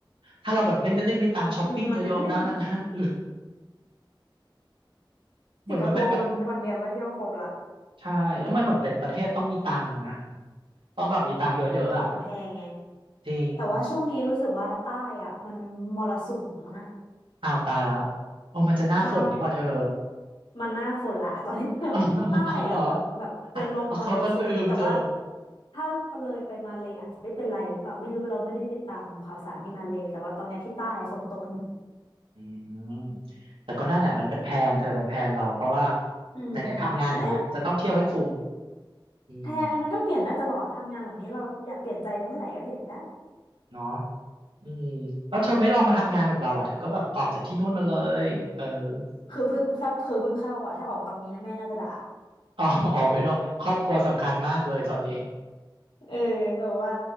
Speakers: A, on the right; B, on the left.
A: ถ้าเราแบบไม่ได้มีตังค์ช้อปปิ้งเยอะๆนะมันน่าเบื่อ
B: อืมมันไม่มี
A: เหมือนมันเป็นประเทศ
B: สิงคโปร์มันวันเดียวก็เที่ยวครบละ
A: ใช่ แล้วมันเหมือนเป็นประเทศต้องมีตังค์นะต้องแบบมีตังค์เยอะๆอ่ะ
B: ของมันแพงไง
A: จริง
B: แต่ว่าช่วงนี้รู้สึกว่าใต้อ่ะมันมรสุมนะ
A: อ้าวตายละโอ้มันจะหน้าฝนนี่หว่าเธอ
B: ใช่ มันหน้าฝนละ <laughs> ตอนนี้ <laughs>
A: <laughs> เอาเอาเหรอ
B: ใต้อะแบบแบบเป็นลมมรสุมแต่ว่า
A: อ่ะเอาเขาก็ลืมเธอ
B: ถ้าเลยไปมาเลอาจจะไม่เป็นไรหรือเปล่าไม่รู้เราไม่ได้ติดตามข่าวสารที่มาเลแต่ว่าตอนเนี้ยที่ใต้อะฝนตกหนัก
A: อืมแต่ก็นั่นแหละมันเป็นแพลนเธอเป็นแพลนเราเพราะว่า
B: อืม
A: ไหนๆทำงานอย่างเงี้ยจะต้องเที่ยวให้คุ้ม
B: นะ
A: อืม
B: แทนมันก็เปลี่ยนได้ตลอดทำงานแบบนี้เราอยากเปลี่ยนใจเมื่อไหร่ก็เปลี่ยนได้
A: เนาะ อืมแล้วเธอไม่ลองมาทำงานแบบเราเหรอเธอก็แบบออกจากที่นู่นมาเลยเออ <laughs>
B: คือเพิ่ง <laughs> ถ้าเพิ่งเพิ่งเข้าอ่ะถ้าออกตอนนี้นะแม่น่าจะด่า
A: อ๋ออ๋อไม่ต้องครอบครัวสำคัญมากเลยตอนนี้
B: เออแบบว่า